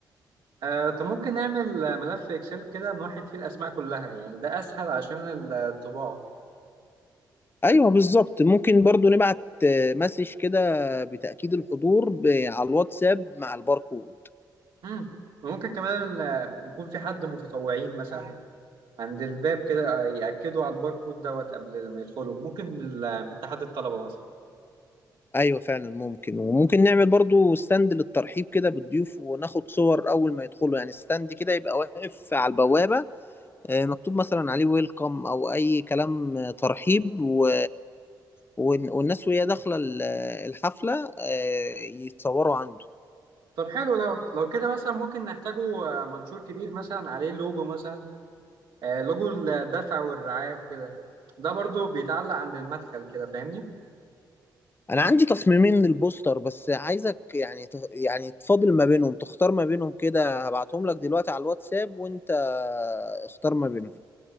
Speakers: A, on the right; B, on the left.
A: آه، طب ممكن نعمل آه، ملف اكسل كده نوحد فيه الاسماء كلها يعني ده اسهل عشان الطباعه
B: ايوه بالظبط ممكن برضو نبعت آه، مسج كده بتأكيد الحضور ب- على الواتساب مع الباركود
A: امم وممكن كمان آه، يكون في حد متطوعين مثلا عند الباب كده آه، ياكدوا على الباركود دوت قبل ما يدخلوا ممكن من ال- من اتحاد الطلبه مثلا
B: ايوه فعلا ممكن وممكن نعمل برضو ستاند للترحيب كده بالضيوف وناخد صور اول ما يدخلوا يعني ستاند كده يبقى واقف على البوابة آه، مكتوب مثلا عليه ويلكم او اي كلام آه، ترحيب و... ون- والناس وهي داخلة ال- الحفلة آه، يتصوروا عنده
A: طب حلو دوت لو كده مثلا ممكن نحتاجه آه، منشور كبير مثلا عليه لوجو مثلا آه، لوجو الدفع والرعايه وكده ده برضو بيتعلق عند المدخل كده فاهمني
B: انا عندي تصميمين للبوستر بس عايزك يعني تخ- يعني تفاضل ما بينهم تختار ما بينهم كده هبعتهم لك دلوقتي على الواتساب وانت اختار ما بينهم